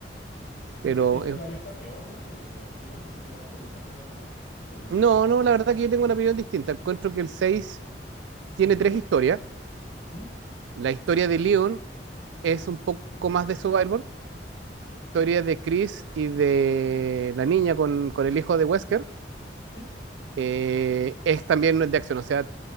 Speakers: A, on the left (about 60°); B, on the right (about 80°).
A: Dicen
B: pero
A: que el 6 todavía
B: es-
A: está peor, ¿no? De, de acción, ¿no? Que ya se aleja todavía más, pero no
B: no,
A: lo he jugado.
B: no, la verdad que yo tengo una opinión distinta. Encuentro que el 6 tiene tres historias.
A: Ujú,
B: La historia de Leon es un poco más de Survival historia de Chris y de la niña con, con el hijo de Wesker
A: Sí,
B: eh, es también de acción. O sea,